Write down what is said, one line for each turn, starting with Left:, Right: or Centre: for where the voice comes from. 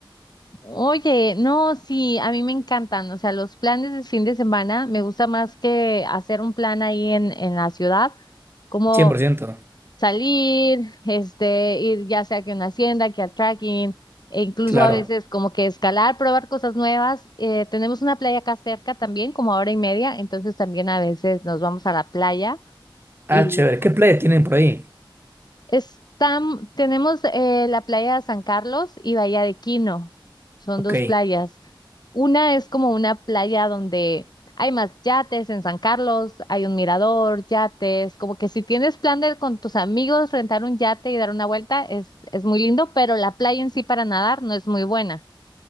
Left: Oye, no, sí, a mí me encantan, o sea, los planes de fin de semana me gusta más que hacer un plan ahí en, en la ciudad, como
Right: cien por ciento
Left: salir, este, ir ya sea que a una hacienda, que al trekking, e incluso
Right: Claro.
Left: a veces como que escalar, probar cosas nuevas. Eh, tenemos una playa acá cerca también, como a hora y media, entonces también a veces nos vamos a la playa y
Right: Ah, chévere.
Left: bueno,
Right: ¿Qué playa tienen por ahí?
Left: es tam- tenemos eh, la playa de San Carlos y Bahía de Quino, son
Right: Ok.
Left: dos playas. Una es como una playa donde hay más yates en San Carlos, hay un mirador, yates, como que si tienes plan de con tus amigos rentar un yate y dar una vuelta es, es muy lindo, pero la playa en sí para nadar no es muy buena.